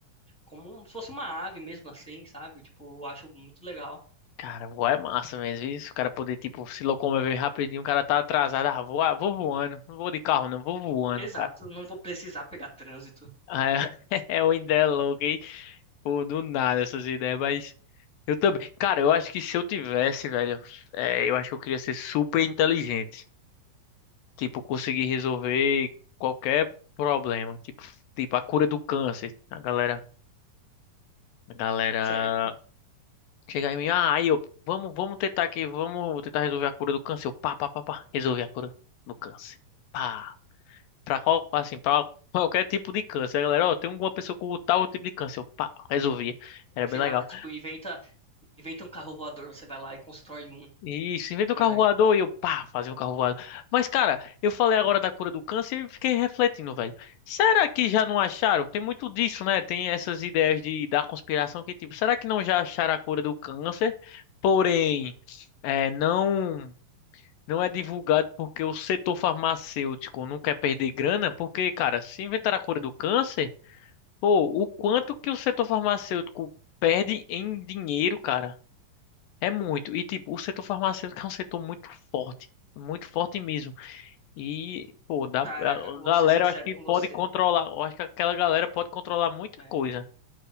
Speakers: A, in the centre; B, on the left.
A: como se fosse uma ave mesmo assim, sabe? Tipo, eu acho muito legal.
B: Cara, voar é massa mesmo, isso. O cara poder, tipo, se locomover rapidinho, o cara tá atrasado. Ah, vou, ah, vou voando. Não vou de carro, não, vou voando,
A: Exato,
B: cara.
A: não vou precisar pegar trânsito,
B: Ah, é, <laughs> é uma ideia louca, Pô, do nada essas ideias, mas eu também. Cara, eu acho que se eu tivesse, velho, é, eu acho que eu queria ser super inteligente. Tipo, conseguir resolver qualquer problema. Tipo, tipo a cura do câncer. A galera, a galera
A: certo?
B: chega em mim, ah, aí eu, vamos, vamos tentar aqui, vamos tentar resolver a cura do câncer. Eu, pá, pá, pá, pá, resolver a cura do câncer. Pá, pra qual, assim, pra qualquer tipo de câncer. A galera, ó, tem uma pessoa com tal tipo de câncer. Eu, pá, resolvia. Era
A: Sei
B: bem legal.
A: lá, tipo, inventa Inventa um carro voador, você vai lá e constrói um,
B: Isso, inventa
A: por
B: o carro
A: exemplo.
B: voador e eu, pá, fazia um carro voador. Mas, cara, eu falei agora da cura do câncer e fiquei refletindo, velho. Será que já não acharam? Tem muito disso, né? Tem essas ideias de, da conspiração que, tipo, será que não já acharam a cura do câncer? Porém, é, não, não é divulgado porque o setor farmacêutico não quer perder grana. Porque, cara, se inventar a cura do câncer, pô, o quanto que o setor farmacêutico perde em dinheiro, cara? É muito. E, tipo, o setor farmacêutico é um setor muito forte. Muito forte mesmo. E, pô, dá,
A: Cara,
B: a
A: eu vou
B: galera,
A: ser sincero
B: eu acho que
A: com
B: pode
A: você.
B: controlar. Eu acho que aquela galera pode controlar muita
A: É,
B: coisa.